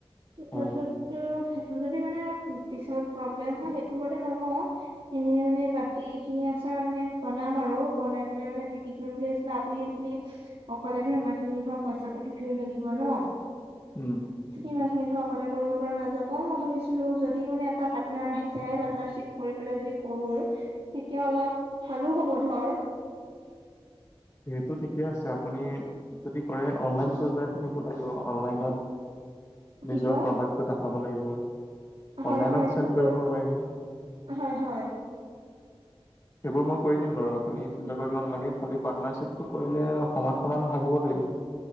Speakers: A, on the right; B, on the left.
A: তাপাছত
B: হয়
A: তো- টো যদি মানে পিছত প্ৰব্লেম হয় সেইটো হলে নলও। এনেই মানে বাকী ইখিনি আচাৰ মানে বনাম আৰু বনাই- নে মানে বিক্ৰী কৰিম বুলি ভাবিছিলে আপুনি এনেই- অকলে ধৰ ইমান খিনি ধৰ পইচা পাতিও ধেই লাগিব ন।
B: উম
A: সিমান খিনি ধৰ অকলে কৰিব- নাযাব যাবও মই ভাবিছিলো যদি মানে এটা পাৰ্টনাৰ আহি যায় পাৰ্টনাৰশ্বিপ কৰি পেলাই যদি কৰো- তেতিয়া অলপ ভালো হ'ব ধৰ।
B: সেইটো ঠিকে আছে, আপুনি যদি কৰে অনলাইন পৰ্যায়ত নিব লাগিব অনলাইনত-
A: <inaudible>
B: নিজৰ
A: কয়
B: প্ৰডাক্টটো দেখাব লাগিব
A: হয়
B: অনলাইনত
A: হয় সেইটোতো
B: চেল কৰিব
A: কৰি
B: পাৰিব।
A: হয় হয়।
B: সেইবোৰ মই কৰি দিম বাৰু আপুনি চিন্তা কৰিব নালাগে খালী পাৰ্টনাৰশ্বিপটো কৰিলে- সমান সমান ভাগও লাগিব।